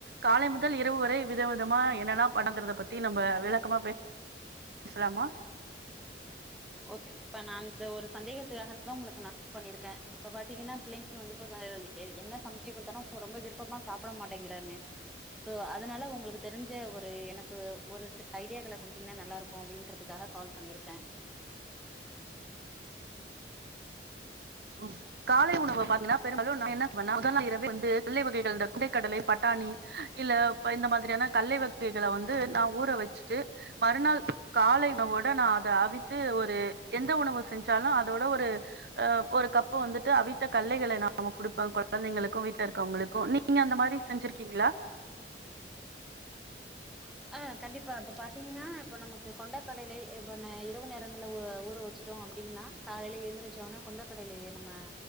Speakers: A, on the right; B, in the centre.
A: காலை முதல் இரவு வரை வித விதமா என்னென்னா பண்ணுங்கறத பத்தி நம்ம விளக்கமா பேச பேசலாமா
B: ஓகே <unintelligible> நாஇந்த ஒரு சந்தேகத்துகாக தா உங்களுக்கு நா <unintelligible> பண்ணியிருக்கே இப்ப பாத்தீங்கன்னா பிள்ளிங்க ங்க வந்து இப்ப என்ன சமச்சு குடுத்தாலும் ரொம்ப விருப்பமா சாப்பிட மாட்டேங்கிறாங்க சோ அதனால உங்களுக்கு தெரிஞ்ச ஒரு எனக்கு ஒரு சில ஐடியாக்கள குடுத்தீங்கன்னா நல்லா இருக்கு அப்பிடின்றதுக்காக கால் பண்ணியிருக்கே
A: ஓ காலை உணவு பாத்தீங்கன்னா பெரும்பாலு நா என்ன பண்ண மொதல் நாள் இரவே வந்து பிள்ளை வகைகள் இந்த கொண்டைக்கடலை பட்டாணி இல்ல இந்த மாதிரியான கல்லை வகைகள வந்து நா ஊற வச்சுட்டு மறுநாள் காலை உணவோட நா அத அவித்து ஒரு எந்த உணவு செஞ்சாலு அதோட ஒரு ஆ ஒரு கப்பு வந்துட்டு அவித்த கல்லைகள நா குடுப்பே கொழந்தைங்களுக்கு வீட்லருக்கவங்களுக்கு நீங்க அந்த மாரி செஞ்சுரு க்கீங்ளா
B: ச ஆ கண்டிப்பா இப்ப பாத்தீங்கன்னா இப்போ நமக்கு கொண்டக்கடலை இப்ப நை இரவு நேரங்கள்ல ஊ ஊற வச்சு ட்டோ அப்டின்னா காலைல எழ்ந்திரிச்சோன கொண்டக்கடலைய நம்ம